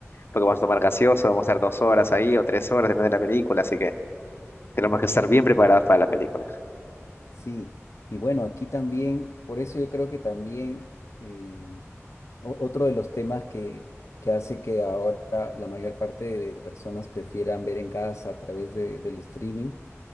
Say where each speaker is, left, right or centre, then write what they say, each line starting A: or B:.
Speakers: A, on the left (about 50°); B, on the left (about 75°).
A: Porque vamos a tomar gaseoso, vamos a estar dos horas ahí o tres horas, depende de la película, así que tenemos que estar bien preparados
B: sí.
A: para la película.
B: Sí, y bueno, aquí también, por eso yo creo que también eh, o- otro de los temas que, que hace que ahora la mayor parte de personas prefieran ver en casa a través de- del streaming